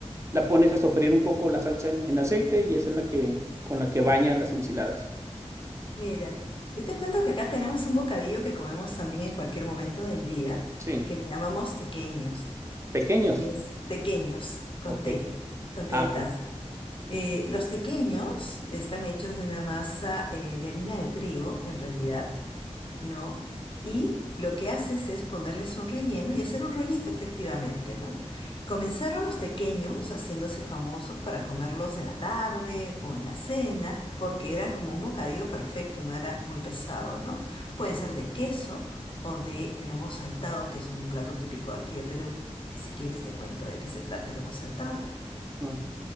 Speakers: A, on the right; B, on the left.
A: La pones a sofreír un poco la salsa en, en aceite y esa es la que, con la que baña las enchiladas.
B: Mira, yo te cuento que acá tenemos un bocadillo que comemos también en cualquier momento del día,
A: Sí,
B: que le llamamos tequeños,
A: pequeños.
B: que es tequeños con
A: Ok.
B: té, con té
A: Ah,
B: de taza.
A: ok.
B: Eh, los tequeños están hechos de una masa eh, de harina de trigo, en realidad. ¿no? Y lo que haces es ponerles un relleno y hacer un rollito, efectivamente, ¿no? Comenzaron los pequeños haciéndose famosos para comerlos en la tarde o en la cena, porque eran como un bocadillo perfecto, no era muy pesado, ¿no? Pueden ser de queso o de lomo saltado, que es un plato típico aquí de Perú, que si quieres te cuento de qué se trata el lomo saltado.
A: Mm.